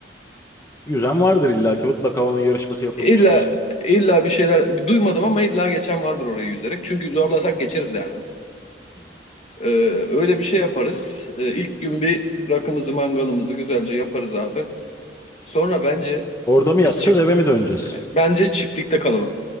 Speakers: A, on the left; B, on the left.
A: Yüzen vardır illa ki mutlaka onun yarışması yapılmıştır.
B: İlla illa bir şeyler duymadım ama illa geçen vardır orayı yüzerek. Çünkü zorlasak geçeriz yani.
A: Hmm.
B: Ee, öyle bir şey yaparız. Ee, ilk gün bir rakımızı mangalımızı güzelce yaparız abi. Sonra bence
A: Orada mı yatacağız
B: biz çift
A: eve mi döneceğiz?
B: bence çiftlikte kalalım.